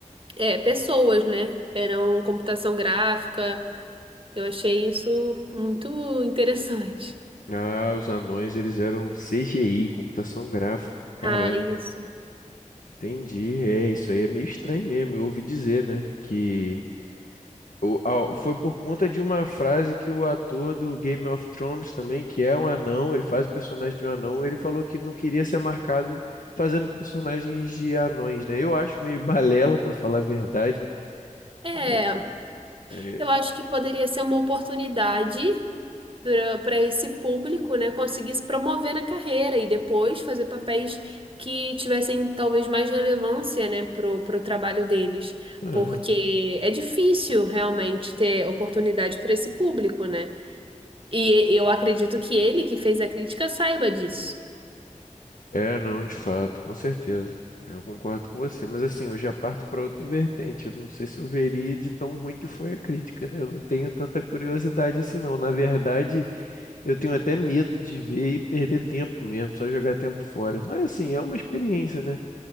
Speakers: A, on the right (about 40°); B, on the left (about 80°).
A: É, pessoas, né? Eram computação gráfica. Eu achei isso muito interessante. <laughs>
B: Ah, os anões, eles eram CGI, computação gráfica. Caramba,
A: Ah, isso.
B: entendi. É, isso aí é meio estranho mesmo. Eu ouvi dizer, né? Que o- a- foi por conta de uma frase que o ator do Game of Thrones também, que é um anão, ele faz o personagem de um anão, ele falou que não queria ser marcado fazendo personagens de anões, né? Eu acho meio balela, pra falar a verdade.
A: É,
B: Mas, é,
A: eu acho que poderia ser uma oportunidade para para esse público, né, conseguir se promover na carreira e depois fazer papéis que tivessem talvez mais relevância, né, pro, pro trabalho deles.
B: ah.
A: Porque é difícil realmente ter oportunidade para esse público, né? E eu acredito que ele que fez a crítica saiba disso.
B: É, não, de fato, com certeza. É, Eu concordo com você, mas assim, eu já parto para outra vertente. Eu não sei se eu veria de tão ruim que foi a crítica, né? Eu não tenho tanta curiosidade assim, não. Na verdade, eu tenho até medo de ver e perder tempo mesmo, só jogar tempo fora. Mas assim, é uma experiência, né?